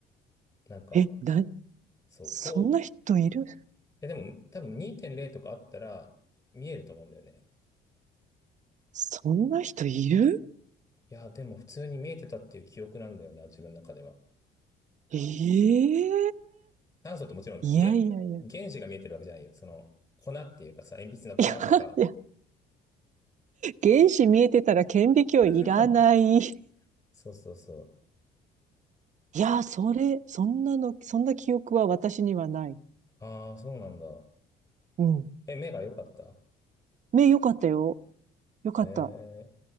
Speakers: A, on the left (about 20°); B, on the right (about 45°).
A: なんか、
B: え、な、
A: そう、
B: そんな人いる
A: 4、いやでも多分2.0とかあったら見えると思うんだよね。
B: そんな人いる
A: いや、でも普通に見えてたっていう記憶なんだよな、自分の中では。
B: ええ
A: 炭素ってもちろん、
B: いやいやいや。
A: げ、原子が見えてるわけじゃないよ。その、粉っていうかさ、鉛筆の粉とか。
B: いや、いや、原子見えてたら顕微鏡いらない。
A: <laughs>
B: <laughs> い
A: そうそうそう。
B: や、それ、そんなの、そんな記憶は私にはない。
A: ああ、そうなんだ。
B: うん。
A: え、目が良かった。
B: 目良かったよ。良かった。
A: ええ